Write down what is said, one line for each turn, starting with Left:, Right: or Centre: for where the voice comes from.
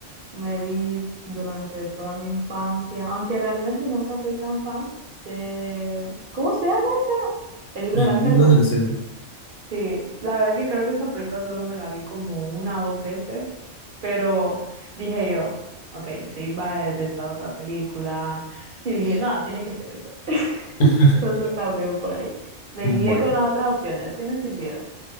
Right: me vi durante toda mi infancia, aunque realmente nunca fui tan fan de... ¿Cómo se llama esa? El libro
Left: El
Right: de la selva.
Left: libro de la selva.
Right: Sí, la verdad que creo que esa película solo me la vi como una o dos veces, pero dije yo, ok, Simba es de esta otra película, y dije, no, tiene que ser esa. <laughs>
Left: <laughs>
Right: Entonces también por ahí. Me
Left: Bueno,
Right: guié con las otras opciones, sí me sirvieron.